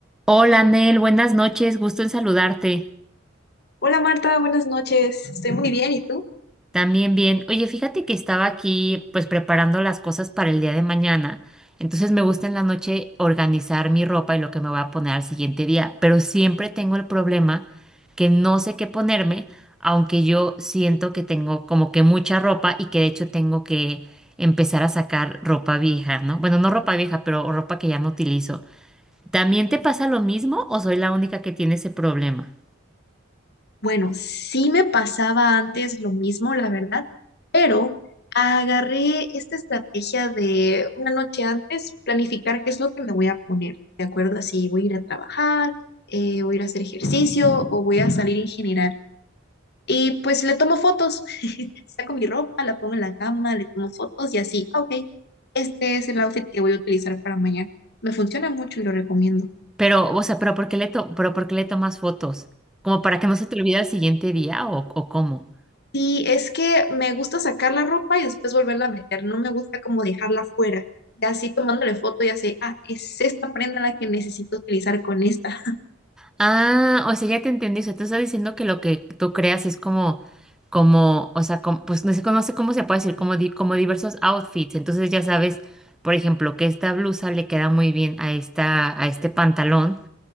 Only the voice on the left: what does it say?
Hola Marta, buenas noches. Estoy muy bien, ¿y tú?
Bueno, sí me pasaba antes lo mismo, la verdad, pero agarré esta estrategia de una noche antes planificar qué es lo que me voy a poner, ¿de acuerdo? Así voy a ir a trabajar, eh, voy a ir a hacer ejercicio o voy a salir en general. Y pues le tomo fotos, <laughs> saco mi ropa, la pongo en la cama, le tomo fotos y así, ah, ok, este es el outfit que voy a utilizar para mañana. Me funciona mucho y lo recomiendo.
Sí, es que me gusta sacar la ropa y después volverla a meter. No me gusta como dejarla fuera. Y así tomándole foto, ya sé, ah, es esta prenda la que necesito utilizar con esta.